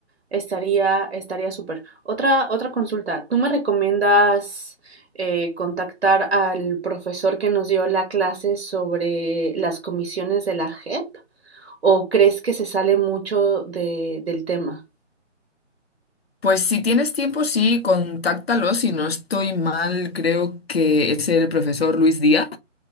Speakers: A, on the right; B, on the left.
A: estaría estaría súper. Otra, otra consulta. ¿Tú me recomiendas eh, contactar al profesor que nos dio la clase sobre las comisiones de la JEP? ¿O crees que se sale mucho de- del tema?
B: Pues si tienes tiempo, sí, contáctalo. Si no estoy mal, creo que es el profesor Luis Díaz.